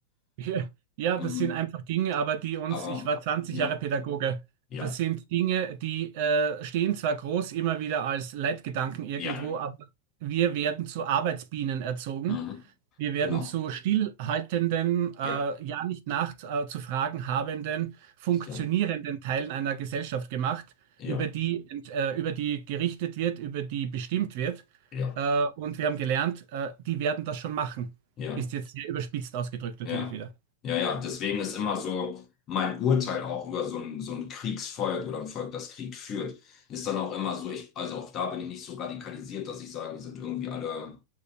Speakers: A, on the right (about 45°); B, on the left (about 25°).
A: <laughs> Ja, das
B: Ähm,
A: sind einfach Dinge, aber die uns,
B: Aber
A: ich war zwanzig
B: ja,
A: Jahre Pädagoge,
B: ja,
A: das sind Dinge, die äh, stehen zwar groß immer wieder als Leitgedanken irgendwo,
B: ja.
A: aber wir werden zu Arbeitsbienen erzogen
B: Mhm.
A: Wir werden
B: Genau.
A: zu stillhaltenden, äh,
B: Ja,
A: ja nicht nachts äh, zu fragen habenden, funktionierenden
B: ja,
A: Teilen einer Gesellschaft gemacht,
B: ja,
A: über die, ent- äh, über die gerichtet wird, über die bestimmt wird.
B: ja, ja,
A: Äh, und wir haben gelernt, äh, die werden das schon machen.
B: ja.
A: Ist jetzt sehr überspitzt ausgedrückt natürlich
B: Ja,
A: wieder.
B: ja, ja. Deswegen ist immer so mein Urteil auch über so ein, so ein Kriegsvolk oder ein Volk, das Krieg führt, ist dann auch immer so, ich, also auch da bin ich nicht so radikalisiert, dass ich sage, die sind irgendwie alle